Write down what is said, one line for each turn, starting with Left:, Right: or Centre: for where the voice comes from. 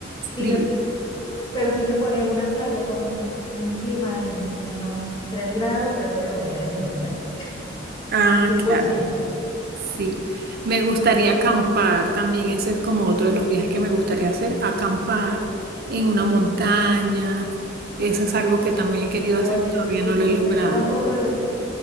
Left: si
Right: fríos.
Left: me Pero si me ponen una playa con un clima de menos 3 grados, creo que voy a elegir la playa.
Right: Ah,
Left: 100%.
Right: claro. bueno, Sí, me gustaría
Left: <laughs>
Right: acampar también. Ese es como otro de los viajes que me gustaría hacer, acampar en una montaña. Eso es algo que también he querido
Left: Oye,
Right: hacer y todavía
Left: eso sí
Right: no
Left: es
Right: lo
Left: bonito.
Right: he logrado.
Left: Yo tampoco lo,